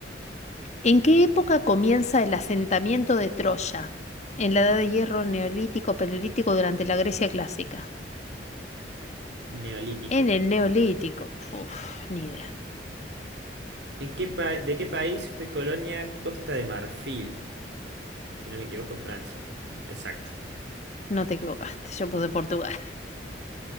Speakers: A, on the left (about 40°); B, on the right (about 75°).
A: ¿En qué época comienza el asentamiento de Troya? ¿En la Edad de Hierro, Neolítico, Paleolítico, durante la Grecia clásica?
B: Neolítico.
A: En el Neolítico. Puf, ni idea.
B: ¿En qué pa- ¿De qué país fue colonia Costa de Marfil? Si no me equivoco, Francia. Exacto.
A: No te equivocaste, yo puse Portugal.